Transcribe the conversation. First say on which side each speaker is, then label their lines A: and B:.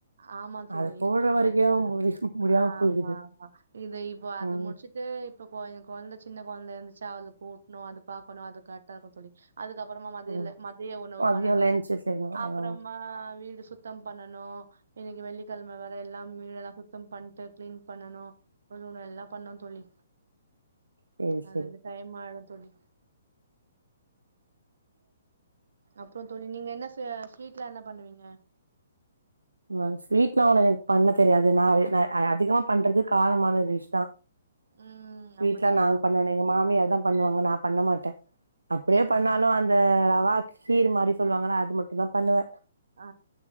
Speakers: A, on the right; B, on the right.
A: ஆமா தோழி
B: அத போட்ற வரைக்கு
A: ஆமா
B: முடி முடியாம
A: ஆமா
B: போயிடுது
A: ஆமா இத இப்போ அத
B: ம்
A: முடிச்சு ட்டு இப்போ கொழந்த சின்ன கொழந்த இந்துச்சா அவளுக்கு ஊட்னோ அது பாக்கனு அது காட் டா தோழி அதுக்கப்றமா மதியி
B: ம்
A: மதிய உணவு
B: மதியோ
A: பண்ணனோ
B: லன்ச்சு செய்யணு
A: அப்றமா
B: ஆ
A: வீடு சுத் தம் பண்ணணோ இன்னைக்கு வெள்ளிக்கெழம வேற எல்லா வீடெல்லா சுத்தம் பண்ட்டு கிளீன் பண்ணணோ ஒன்னொன்னா எல்லா பண்ணோந் தோழி
B: சேரி சேரி
A: அதுஅது டைம் ஆயிடோ தோழி அப்றோ தோழி நீங்க என்ன ஸ் ஸ்வீட்லா என்ன பண்வீங்க
B: வன் ஸ்வீட்லா அவ்ள எனக்கு பண்ண தெரியாது நா அ அதிகமா பண்றது காரமான டிஷ் தா
A: ம்.
B: ஸ்வீட்லா
A: அப்படிங்களா?
B: நாங் பண்ண வேணா எங்க மாமியார் தா பண்ணுவாங்க நா பண்ண மாட்ட அப்பிடியே
A: ம்.
B: பண்ணாலு அந்த ரவா கீர் மாரி சொல்லுவாங்கள அது மட்டுந் தா பண்ணுவ
A: ஆ